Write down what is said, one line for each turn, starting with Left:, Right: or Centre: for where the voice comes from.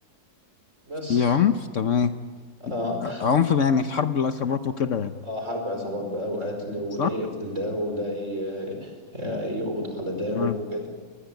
Right: بس
Left: في عنف تمام
Right: آه,
Left: آه، عنف يعني في حرب العصابات وكده يعني
Right: آه حرب عصابات بقى وقتل وده
Left: صح؟
Right: يقتل ده وده ي- آه، يقبض على ده
Left: تمام
Right: وكده